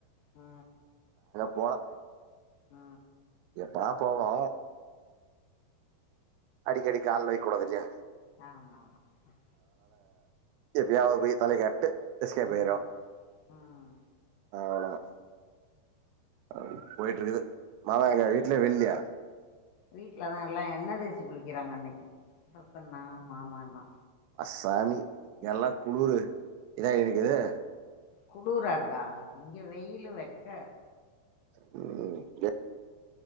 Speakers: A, on the left; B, on the right.
A: ஆ
B: போல
A: ஆ
B: எப்பனா போவே அடிக்கடிக்கு கால்லயு கூப்ட வச்சே
A: ஆமா ஆமா ஆ
B: எப்பயாவது போய் தலைய காட்டிட்டு எஸ்கேப்
A: ம்
B: ஆகிருவோ
A: ம்
B: அவ்ளதா அப்டியே போயிட்டு இருக்குது மாமா எங்க வீட்லயே வெளிலயா
A: வீட்லதா எல்லா எண்ணெய் தேச்சி குளிக்கிறாங்க இன்னக்கி பிரசன்னாவு மாமா தா
B: சானி எல்லா குளுரு இதா இருக்கது
A: குளூராருக்கா இங்க வெயிலு வெக்க
B: உம்